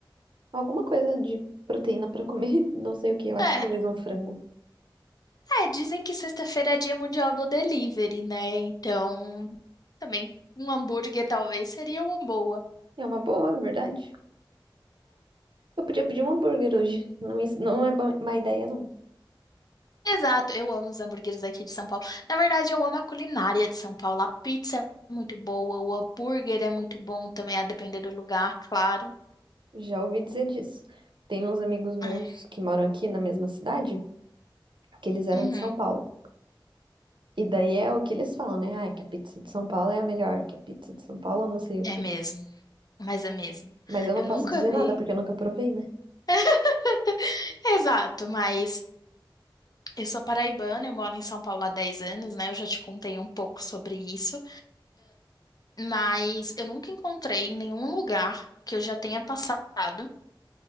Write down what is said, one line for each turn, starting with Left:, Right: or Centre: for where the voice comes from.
Right: alguma coisa de proteína pra comer. <laughs> Não sei o que, eu acho
Left: É,
Right: que talvez um frango.
Left: é, dizem que sexta-feira é dia mundial do delivery, né? Então, também um hambúrguer talvez seria uma boa.
Right: É uma boa, é verdade. Eu podia pedir um hambúrguer hoje. Não, is- não é ba- má ideia, não.
Left: Exato, eu amo os hambúrgueres aqui de São Paulo. Na verdade, eu amo a culinária de São Paulo. A pizza é muito boa, o hambúrguer é muito bom também, a depender do lugar, claro.
Right: Já ouvi dizer disso. Tem uns amigos meus
Left: É,
Right: que moram aqui na mesma cidade, que eles eram
Left: uhum,
Right: de São Paulo. E daí é o que eles falam, né? Ah, que a pizza de São Paulo é a melhor, que a pizza de São Paulo não sei o
Left: é
Right: quê.
Left: mesmo, mas é mesmo.
Right: Mas eu não
Left: Eu
Right: posso
Left: nunca
Right: dizer
Left: vi.
Right: nada porque eu nunca provei, né?
Left: <laughs> Exato, mas eu sou paraibana, eu moro em São Paulo há 10 anos, né? Eu já te contei um pouco sobre isso. Mas eu nunca encontrei em nenhum lugar que eu já tenha passado